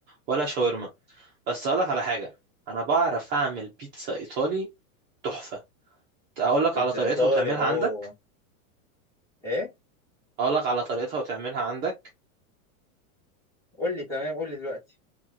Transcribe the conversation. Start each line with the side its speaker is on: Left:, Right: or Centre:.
Right: ولا شاورما بس اقول لك على حاجه انا بعرف اعمل بيتزا ايطالي تحفه اقول لك
Centre: بيتزا
Right: على طريقتها
Centre: إيطالي
Right: وتعملها
Centre: أوه
Right: عندك
Centre: إيه
Right: اقول لك على طريقتها وتعملها عندك
Centre: قول لي تمام قول لي دلوقتي